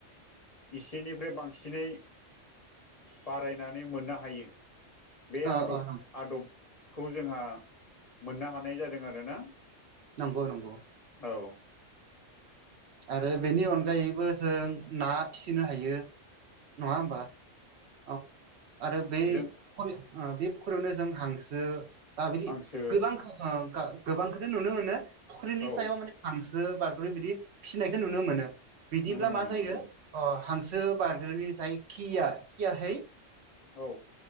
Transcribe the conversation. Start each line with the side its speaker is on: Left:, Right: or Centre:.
Left: इसेनिफ्राय बांसिनै बारायनानै मोननो हायो बे
Right: अ
Left: आदब
Right: अ
Left: आदबखौ जोंहा मोननो हानाय जादों आरोना
Right: नंगौ नंगौ।
Left: औ
Right: आरो बेनि अनगायैबो जों ना फिसिनो हायो, नङा होमबा? औ आरो बे
Left: जों
Right: फुखुरि बे फुख्रियावनो जों हांसो ओ बिदि
Left: हांसो
Right: गोबां ओ गोबांखौनो नुनो मोनो। फुख्रिनि
Left: औ
Right: सायाव माने हांसो बाग्रै बिदि फिसिनायखौ नुनो मोनो। बिदिब्ला
Left: नुनो मोनो
Right: मा जायो
Left: नुनो मोनो
Right: अ हांसो बारग्रोनोनि जाय खिया खियाहै
Left: औ।